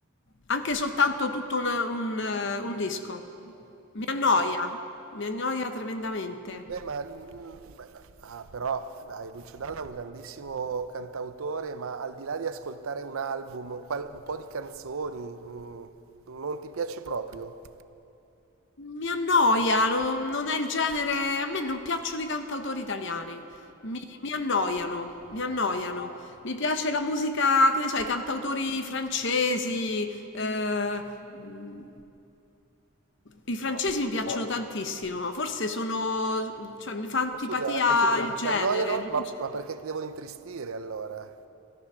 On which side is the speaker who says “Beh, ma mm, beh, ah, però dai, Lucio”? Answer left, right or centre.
Right